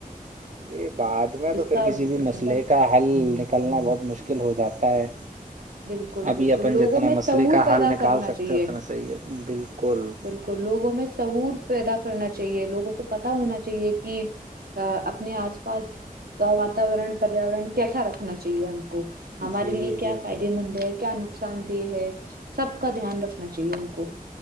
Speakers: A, on the right; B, on the right.
A: جی بعد میں
B: اس
A: تو پھر
B: کا
A: کسی بھی مسئلے
B: مطلب
A: کا حل نکلنا بہت مشکل ہو جاتا ہے
B: بالکل
A: ابھی
B: بالکل
A: اپن
B: لوگوں
A: جتنا
B: میں
A: مسئلے
B: شعور
A: کا
B: پیدا
A: حل نکال
B: کرنا
A: سکتے
B: چاہیے
A: ہیں اتنا صحیح ہے بالکل
B: بالکل لوگوں میں سہور پیدا کرنا چاہیے لوگوں کو پتا ہونا چاہیے کہ ا اپنے آس پاس کا واتاورن پریاورن کیسا رکھنا چاہیے ہم کو
A: جی
B: ہمارے لیے کیا
A: بالکل
B: فائدے مند ہے کیا نقصان دہ ہے سب کا دھیان رکھنا چاہیے ہم کو